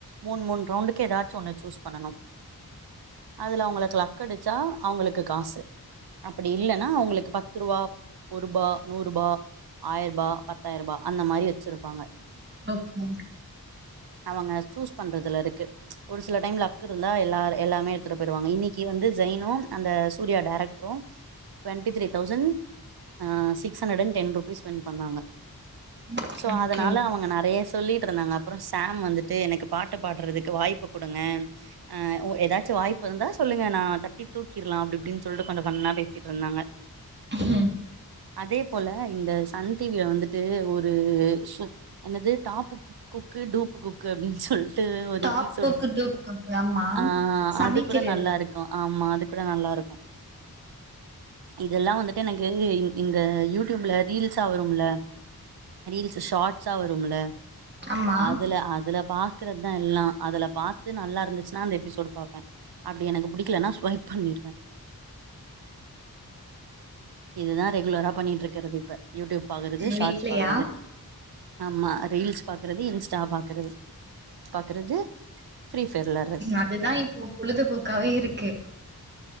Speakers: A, on the right (about 80°); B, on the right (about 30°).
A: மூன் மூன் ரவுண்டுக்கு எதாச்சு ஒன்னு சூஸ் பண்ணனு அதுல அவுங்களுக்கு லக்கடிச்சா அவுங்களுக்கு காசு அப்டி இல்லனா அவுங்களுக்கு பத்துரூவா ஒருபா நூறுபா ஆயர்பா பத்தாய்ருபா அந்த மாரி வச்சுருப்பாங்க
B: ஓகே
A: அவங்க சூஸ் பண்றதுலருக்கு ஒரு சில டைம் லக்குருந்தா எல்லார் எல்லாமே எட்த்துட்டு போய்ருவாங்க இன்னி க்கி வந்து ஜெய்னு அந்த Surya director twenty three thousand ஆ சிக்ஸ்ஹண்ட்ரடன் டென் ருபீஸ் வின் பண்ணாங்க
B: ஓகே
A: ஸோ
B: ஓகே
A: அதனால அவங்க நறயா சொல்லி ட்ருந்தாங்க அப்றோ சாம் வந்துட்டு எனக்கு பாட்டு பாட்றதுக்கு வாய்ப்பு குடுங்க ஆ எதாச்சு வாய்ப்பிருந்தா சொல்லுங்கணா தட்டி தூக்கிர்லா அப்டி இப்டின் சொல்ட்டு கொஞ்சோ ஃபன்னா பேசிட்ருந்தாங்க
B: ம்
A: அதே போல இந்த சன் டி வில வந்துட்டு ஒரு சு என்னது டாப்பு குக்கு டூப்பு குக்கு அப்டின் சொல் டு ஒரு
B: டாப்புக்கு
A: எப்பிஸோட்
B: டூப்புக்கு ஆமா
A: ஆ
B: சமைக்கிறது
A: அதுகூட நல்லா இருக் கு ஆமா அதுகூட நல்லாருக்கு இதெல்லா வந்துட்டு எனக்கு இந்த யூடியூப்ல ரீல்ஸா வரும்ல ரீல்ஸு ஷாட்ஸா வரும்ல
B: ஆமா
A: அதுல அதுல பாக்குறதுதா எல்லா அதுல பாத்து நல்லா இருந்துச்சுன்னா அந்த எபிசோட் பாப்பே அப்டி எனக்கு புடிக்கலன்னா ஸ்வைப் பண்ணிடுவே இதுதா ரெகுலரா பண்ணிட்ருக்கிறது இப்ப யூடியூப் பாக்குறது ஷாட்ஸ்
B: வீட்லயா
A: பாக்குறது ஆமா ரீல்ஸ் பாக்குறது இன்ஸ்டா பாக்குறது பாக்குறது ஃப்ரீ ஃபயர் வெளா
B: அதுதா இப்போ பொழுது போக்காவே இருக்கு